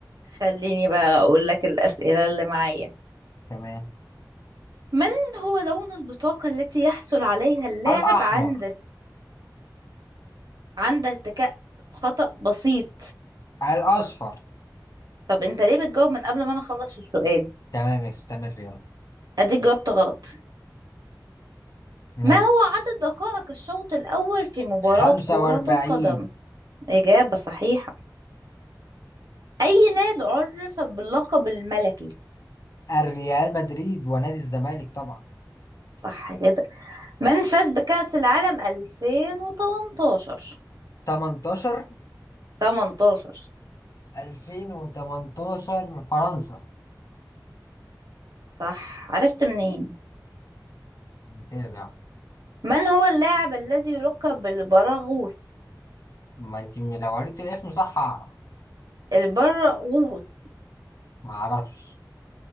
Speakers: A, on the right; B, on the left.
A: خليني بقى أقول لك الأسئلة اللي معايا
B: تمام
A: من هو لون البطاقة التي يحصل عليها اللاعب
B: الأحمر
A: عند عند ارتكاء خطأ بسيط
B: الأصفر
A: طب انت ليه بتجاوب من قبل ما انا اخلص السؤال
B: تمام استمر يلا
A: اديك جاوبت غلط
B: يلا
A: ما هو عدد دقائق الشوط الاول في مباراة
B: 45
A: كرة القدم اجابة صحيحة اي نادي عرف باللقب الملكي
B: الريال مدريد ونادي الزمالك طبعا
A: صح كده من فاز بكأس العالم 2018
B: 18
A: 18
B: 2018 فرنسا
A: صح عرفت منين
B: متابع
A: من هو اللاعب الذي يلقب بالبراغوث
B: ما انت لو قريت الاسم صح هعرف
A: البراغوث
B: ما اعرفش